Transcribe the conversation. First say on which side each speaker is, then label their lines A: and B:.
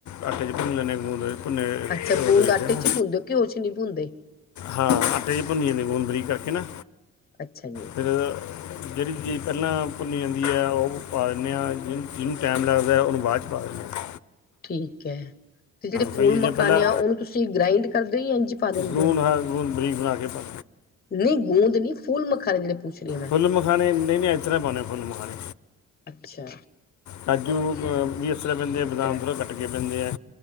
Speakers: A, on the left; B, on the left.
A: ਆਟੇ ਚ ਭੁੰਨ ਲੈਂਦੇ ਆ ਗੂੰੰਦ ਭੁਨੇ <unintelligible> ਆਪਨੇ
B: ਅੱਛਾ ਗੂੰਦ
A: ਦੇਦੇ
B: ਆਟੇ
A: ਨਾ।
B: ਚ ਹੀ ਭੁੰਨਦੇ ਹੋ ਘਿਓ ਚ ਨਹੀਂ ਭੁੰਨਦੇ
A: ਹਾਂ ਆਟੇ ਚ ਭੁੰਨੀਏ ਨੇ ਗੂਨ ਬਰੀਕ ਕਰਕੇ ਨਾ
B: ਅੱਛਾ ਜੀ
A: ਫੇਰ ਜੇਹੜੀ ਚੀਜ਼ ਪਹਿਲਾਂ ਭੁੱਨੀ ਜਾਂਦੀ ਹੈ ਉਹ ਪਾਨੇ ਆ ਜਿਹਨ ਜਿਹਨੂੰ ਟਾਈਮ ਲੱਗਦਾ ਉਹਨੂੰ ਬਾਅਦ 'ਚ ਪਾ ਦਿੰਦੇ ਆ
B: ਠੀਕ ਹੈ ਤੇ ਜਿਹੜੇ ਫੂਲ
A: ਕੋਈ ਚੀਜ਼ਾਂ
B: ਮਖਾਨੇ
A: ਪਹਿਲਾਂ
B: ਆ ਉਹਨੂੰ ਤੁਸੀਂ ਗ੍ਰਾਇੰਡ ਕਰਦੇ ਯਾ ਇੰਝ ਪਾ ਦਿੰਦੇ
A: ਗੂੰਦ
B: ਹੋ
A: ਹਾਂ ਗੂੰਦ ਬਰੀਕ ਬਣਾ ਕੇ ਪਾ
B: ਨੀ ਗੂੰਦ ਨੀ ਫੂਲ ਮਖਾਨੇ ਜਿਹੜ ਪੁੱਛ ਰਹੀ ਹਾਂ ਮੈਂ
A: ਫੁੱਲ ਮਖਾਨਣੇ ਨਹੀਂ ਨੀ ਏਸਰਾ ਪਾਨੇ ਆ ਫੁੱਲ ਮਖਾਨੇ
B: ਅੱਛਾ
A: ਕਾਜੂ ਵੀ ਇਸਰਾ ਪੈਂਦੇ
B: ਠੀਕ
A: ਆ ਬਦਾਮ
B: ਹੈ
A: ਥੋੜ੍ਹਾ ਕੱਟ ਕੇ ਪੈਂਦੇ ਐ